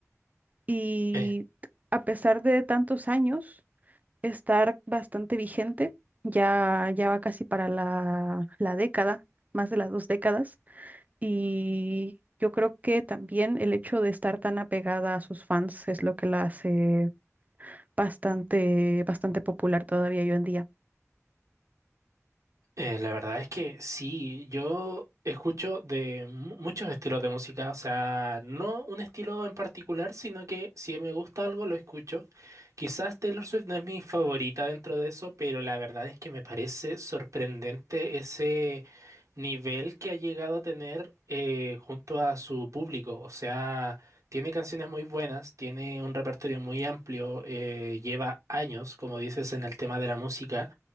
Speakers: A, on the right (about 30°); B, on the right (about 75°).
A: Y
B: Eh,
A: a pesar de tantos años, estar bastante vigente, ya, ya va casi para la, la década, más de las dos décadas. Y yo creo que también el hecho de estar tan apegada a sus fans es lo que la hace bastante, bastante popular todavía hoy en día.
B: eh, la verdad es que sí, yo escucho de mu- muchos estilos de música, o sea, no un estilo en particular, sino que si me gusta algo lo escucho. Quizás Taylor Swift no es mi favorita dentro de eso, pero la verdad es que me parece sorprendente ese nivel que ha llegado a tener eh, junto a su público. O sea, tiene canciones muy buenas, tiene un repertorio muy amplio, eh, lleva años, como dices, en el tema de la música.